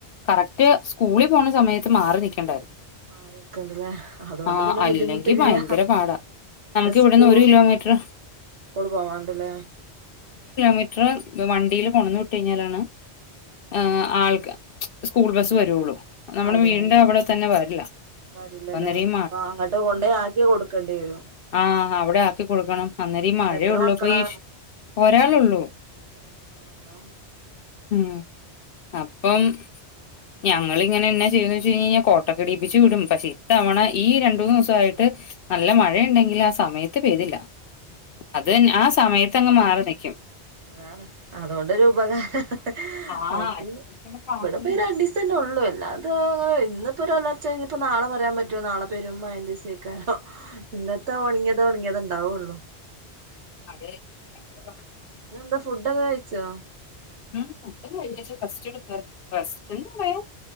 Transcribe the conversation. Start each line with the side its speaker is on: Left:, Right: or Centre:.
Left: കറക്റ്റ് സ്കൂളി പോണ സമയത്ത് മാറി നിക്കണ്ടായിരുന്നു
Right: മാറിക്കണ്ടല്ലേ അതുകൊണ്ട്
Left: ആ
Right: പിന്നെ
Left: അല്ലെങ്കി
Right: ബുദ്ധിമുട്ടില്ല
Left: ഭയങ്കര പാടാ.
Right: പിന്നെ
Left: നമുക്ക്
Right: സ്കൂള്
Left: ഇവിടുന്ന് കിലോമീറ്റർ
Right: സ്കൂള് പോവാണ്ടല്ലേ
Left: മീറ്റർ വണ്ടിയിൽ കൊണ്ടന്ന് വിട്ടു കഴിഞ്ഞാലാണ് ആ ആൾക്ക് സ്കൂൾ ബസ് വരുള്ളു നമ്മുടെ
Right: അതെ
Left: വീടിന്റെ അവടെ തന്നെ വരില്ല
Right: വരില്ലല്ലേ
Left: അന്നേരം ഈ
Right: അ അങ്ങോട്ട് കൊണ്ടയി ആക്കി കൊടുക്കേണ്ടി വരും
Left: ആ അവിടെ ആക്കി കൊടുക്കണം അന്നേരം മഴയ
Right: എത്ര
Left: ഉള്ളപ്പൊ
Right: മക്കളാ
Left: ഈ ഒരാളൊള്ളൂ
Right: ഒരാളൊള്ളൊ
Left: ഉം അപ്പം ഞങ്ങൾ ഇങ്ങനെ എന്നാ ചെയ്തന്ന് വെച്ച് കഴിഞ്ഞാൽ കോട്ടക്കീടീപ്പിച്ച് വിടും പക്ഷെ ഇത്തവണ ഈ രണ്ട് മൂന്ന് ദിവസമായിട്ട് നല്ല മഴയണ്ടെങ്കിൽ ആ സമയത്ത് പെയ്തില്ല അതന്നെ അത് ആ സമയത്ത് അങ്ങ് മാറി നിക്കും
Right: അതാണ് അതുകൊണ്ടൊരു ഉപകാരാണ്
Left: ആഹ്
Right: മറ്റേ
Left: അല്ലെങ്കി പിന്നെ പാടല്ലേ
Right: ഇവിടെപ്പേ രണ്ടിസം അല്ലെ ഉള്ളൂ എല്ലാട് ത്തും ഇന്നിപ്പോഒരു ഒലർച്ച കഴിഞ്ഞപ്പോ നാളെ പറയാൻ പറ്റുമോ നാളെ പെരും മയന്റെ ദിവസായിക്കാരും ഇന്നത്തെ ഒണങ്ങിയത ഒണങ്ങിയത് ഒണ്ടാവോള്ളോ
Left: അതെ ഭയങ്കര പാടാ
Right: പിന്നെന്താ ഫുഡൊക്കെ കഴിച്ചോ?
Left: ഉ പുട്ട കഴ ഫസ്റ്റ് എ ഫസ്റ്റ് എന്താ പറയാ <unintelligible>